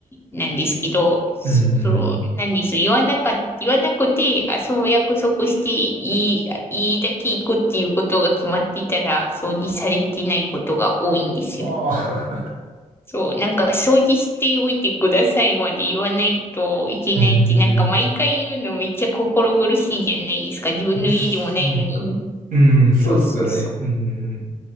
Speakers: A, on the left (about 15°); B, on the right (about 85°).
A: 麗なんですけど、
B: うん。うんうん
A: そう、なんです。言わなかっ言わなくて、あ、そう約束していい、いいだけ行くっていうことが決まってたら、掃除されてないことが多いんですよね。
B: ああ、<laughs>
A: そう、なんか掃除しておいてくださいまで言わないといけないって、
B: うん。うん
A: なんか毎回言うのめっちゃ心苦しいじゃないですか。自分の家でもないのに。
B: うん。そうか。うん、そうっすよね。
A: そうそうそ
B: うんうん。